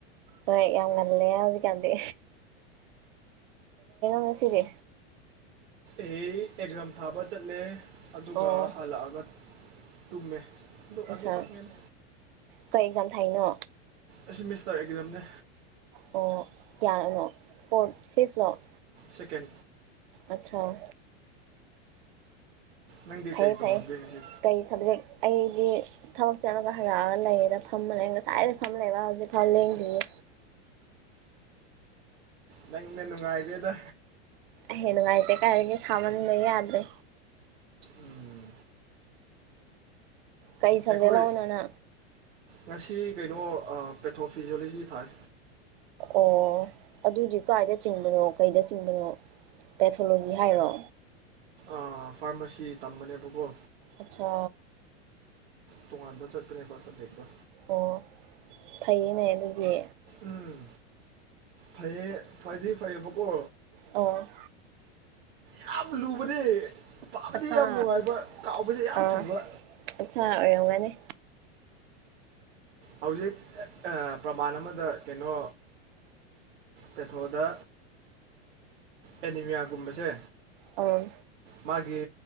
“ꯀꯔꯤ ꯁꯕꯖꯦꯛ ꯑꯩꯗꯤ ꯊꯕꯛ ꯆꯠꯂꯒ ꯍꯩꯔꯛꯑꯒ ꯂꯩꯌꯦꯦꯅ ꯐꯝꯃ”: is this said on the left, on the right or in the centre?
Right